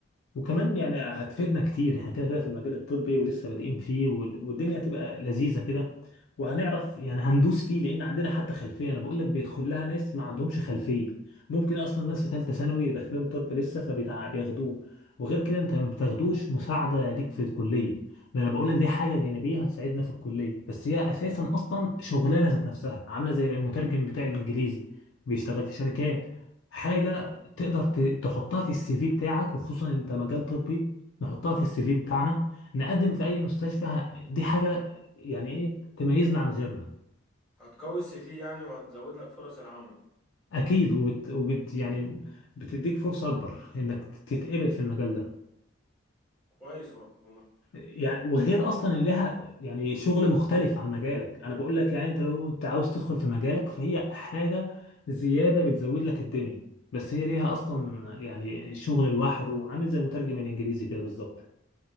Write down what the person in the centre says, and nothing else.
هتقوي السي في يعني وهتزود لك فرص العمل
كويس والله